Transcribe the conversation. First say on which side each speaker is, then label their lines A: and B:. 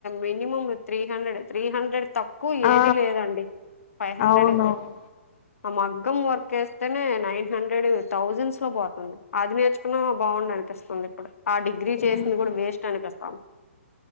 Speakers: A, on the left; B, on the left.
A: minimum three hundred three hundred తక్వ్ క్కువ
B: ఆ
A: ఏది లేదండి ఫైవ్ హండ్రెడ్
B: అవునవును
A: ఆ మగ్గం work yes nine hundred thousands లో పోతంది అది నేర్చుకున్నా బాగుండు అనిపిస్తుంది ఇప్పుడు ఆ డిగ్రీ చేసింది
B: ఉమ్
A: కూడా వేస్ట్ అనిపిస్తుంది